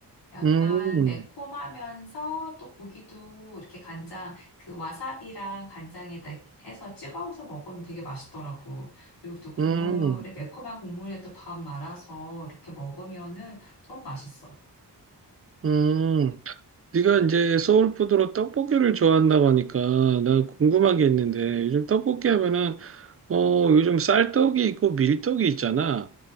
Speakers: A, on the left; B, on the right.
A: 약간
B: 음,
A: 매콤하면서 또 고기도 이렇게 간장, 그 와사비랑 간장에다 해서 찍어서 먹으면 되게 맛있더라고. 그리고 또 국물에,
B: 음,
A: 매콤한 국물에 또 밥 말아서 이렇게 먹으면은 너무 맛있어.
B: 음. 네가 이제 서울푸드로 떡볶이를 좋아한다고 하니까 나 궁금한 게 있는데 요즘 떡볶이 하면은 어, 요즘 쌀떡이 있고 밀떡이 있잖아.